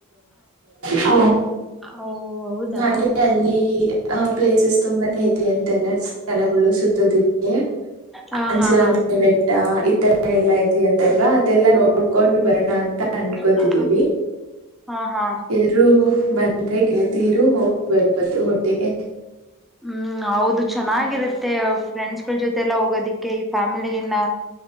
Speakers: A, on the right; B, in the centre.
A: ಹ
B: ಹ ಓ ಹೌದಾ
A: ಅಂದೆ ಅಲ್ಲಿ ಪ್ಲೇಸಸ್ ತು ಬಂದೆ ಅಂತೆಲ್ಲ ಸ್ಥಳಗಳು ಸುತ್ತದಕ್ಕೆ
B: ಹಾ
A: ಅಂಜಿನ್ಯ
B: ಹಾ ಹಾ
A: ಈತರ ಎಲ್ಲಾಐ ಅಂತಲ್ವಾ ಅದೆಲ್ಲ ನೋಡ್ಕೊಂಡು ಬರೋಣ ಅಂತ ಅನ್ಕೋತಿದೀವಿ
B: ಹಾ ಹಾ ಹಾ
A: ಎರು ಬಂದ್ರೆ ಗೆಳತೀರು ಹೋಗಿ ಬರ್ಬು ಒಟ್ಟಿಗೆ
B: ಹ್ಮ್ ಹೌದು ಚೆನ್ನಾಗಿರುತ್ತೆ ಫ್ರೆಂಡ್ಸ್ ಗಳ ಜೊತೆಗೆ ಹೋಗೋದಿಕ್ಕೆ ಈ ಫ್ಯಾಮಿಲಿಗನ್ನ